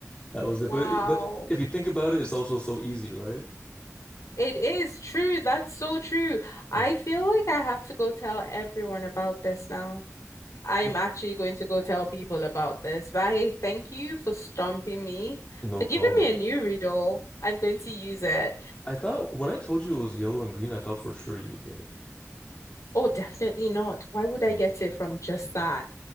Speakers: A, on the left; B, on the left.
A: That was
B: Wow.
A: it. But it- but if you think about it, it's also so easy, right?
B: It is true. That's so true.
A: Yeah.
B: I feel like I have to go tell everyone about this now. I'm
A: I-
B: actually going to go tell people about this. Vahe, thank you for stomping me,
A: No
B: for giving
A: problem.
B: me a new riddle. I'm going to use it.
A: I thought when I told you it was yellow and green, I thought for sure you would get it.
B: Oh, definitely not. Why would I
A: Yeah.
B: get it from just that?